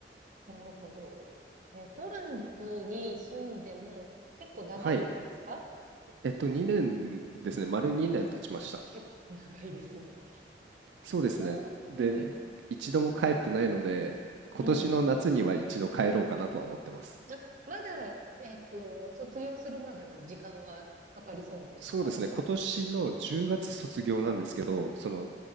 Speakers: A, on the right; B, on the right.
A: なるほど。えートランプに住んでも結構長いんですか
B: はい。えっと、2年ですね。丸2年経ちました。
A: 結構長いですね。
B: そうですね。
A: おーうん、
B: で、一度も帰ってないので、今年の夏には一度帰ろうかなとは思ってます。
A: うん。あ、まだ、えっと、卒業するまでは時間はかかりそうなんですか
B: そうですね。今年の10月卒業なんですけど、その、